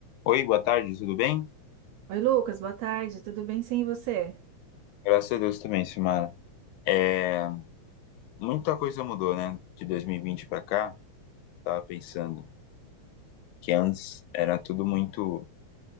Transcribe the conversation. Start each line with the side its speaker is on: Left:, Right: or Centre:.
Left: Oi, boa tarde, tudo bem?
Right: Oi, Lucas, boa tarde, tudo bem? Sim, e você?
Left: Graças a Deus também, Simara. É, muita coisa mudou, né? De 2020 para cá, tava pensando que antes era tudo muito